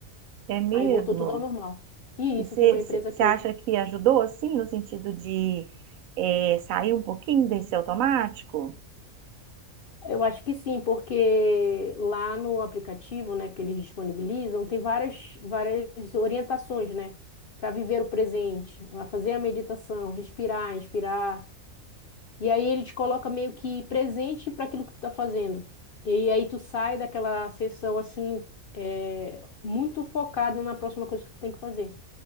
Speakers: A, on the right (about 75°); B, on the left (about 65°).
A: É mesmo.
B: Aí voltou tudo ao normal. E
A: E
B: isso
A: você
B: tem uma empresa que
A: acha
B: eu
A: que ajudou, assim, no sentido de é, sair um pouquinho desse automático?
B: Eu acho que sim, porque lá no aplicativo, né, que eles disponibilizam, tem várias, várias orientações, né, para viver o presente, para fazer a meditação, respirar, inspirar. E aí ele te coloca meio que presente para aquilo que tu tá fazendo. E aí tu sai daquela sessão assim, é, muito focado na próxima coisa que tu tem que fazer,